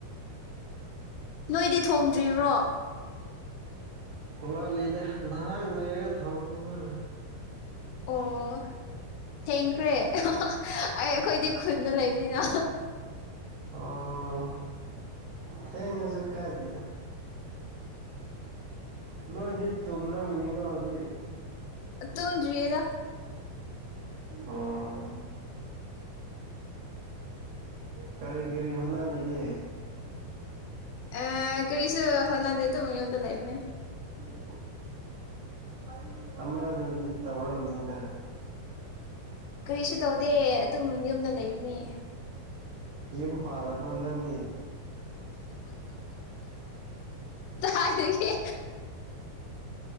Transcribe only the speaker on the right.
ꯋꯥꯠꯂꯤꯗ ꯅꯍꯥꯛ ꯂꯩꯔꯒ ꯊꯣꯡꯅꯤꯅꯪ
ꯑꯣ ꯊꯦꯡꯉꯁꯨ ꯀꯥꯏꯗꯅ ꯅꯣꯏꯗꯤ ꯇꯣꯔ ꯃꯅꯤꯀꯣ ꯍꯧꯖꯤ
ꯑꯣꯝ ꯀꯔꯤ ꯀꯔꯤ ꯍꯅꯥꯅꯤꯒꯦ
ꯎ ꯑ ꯑꯃꯗꯨꯗꯤ ꯇꯧꯔꯝꯅꯤꯗ
ꯌꯨꯝ ꯄꯥꯗꯕ ꯅꯪꯗꯤ